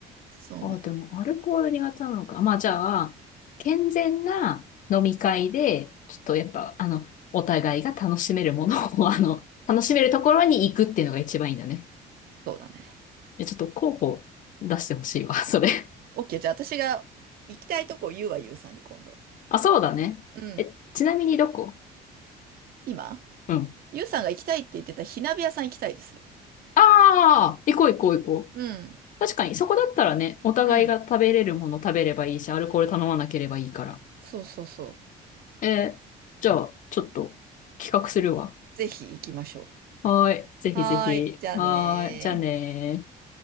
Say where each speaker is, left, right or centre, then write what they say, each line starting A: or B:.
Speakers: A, on the right; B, on the left.
A: そうなの。
B: ああ、でも、アルコール苦手なのか。まあ、じゃあ、健全な飲み会で、ちょっとやっぱ、あの、お互いが楽しめるものを、<laughs> あの、楽しめるところに行くっていうのが一番いいんだね。
A: そうだね。
B: え、ちょっと候補出してほしいわ、<laughs> それ。
A: OK。じゃあ私が行きたいとこ言うわ、ゆうさんに今度。
B: あ、そうだね。
A: うん。
B: え、ちなみにどこ
A: 今
B: うん。
A: ゆうさんが行きたいって言ってた火鍋屋さん行きたいです。
B: ああ、行こう行こう行こう。
A: うん。
B: 確かに、そこだったらね、お互いが食べれるもの食べればいいし、
A: うん。
B: アルコール頼まなければいいから。
A: そうそうそ
B: えーじゃあ、ちょっと企画するわ。
A: う。ぜひ行きましょ
B: はーい。ぜひぜひ。
A: う。はーい。じゃあねー。
B: はーい。じゃあねー。